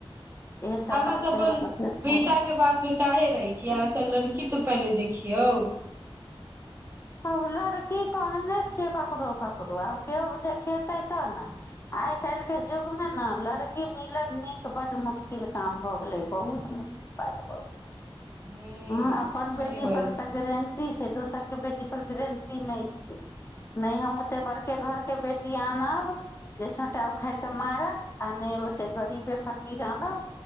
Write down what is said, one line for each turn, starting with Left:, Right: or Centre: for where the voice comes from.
Left: इहे
Right: तऽ अहाँ
Left: बात
Right: सब अपन
Left: के लऽ कऽ टेंशन
Right: बेटा के बात प काहे रहै छियै अहाँ सब लड़की तो पहिले देखियौ
Left: आब लड़की कहने छियै ककरो ककरो आब केओ देखेतै तब ने आइ काल्हिके युगमे ने लड़की मिलल नीक बड्ड मुश्किल काम भऽ गेलै बहुत मुश्किल बात भऽ गेलै
Right: हूँ
Left: हं अपन
Right: सही
Left: बेटी
Right: बाज
Left: पर तऽ गारंटी छै दोसर के बेटी पर गारंटी नहि छै ने हम ओते बड़के घर के बेटी आनब जे छोटा उखाड़ के मारत आ नहि ओते गरीबे फकीर आनब